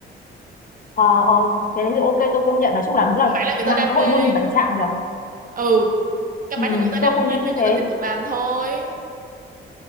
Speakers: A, on the left; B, on the right.
A: Ờ, ờ, cái đấy thì ok tôi công nhận nói chung là đúng là
B: căn bản là người
A: mạng
B: ta đam
A: xã
B: mê
A: hội muôn hình vạn trạng nhở
B: ừ căn
A: ừ,
B: bản là người ta đam
A: tôi cũng
B: mê nên
A: nghĩ như
B: người
A: thế
B: ta tiếp tục làm thôi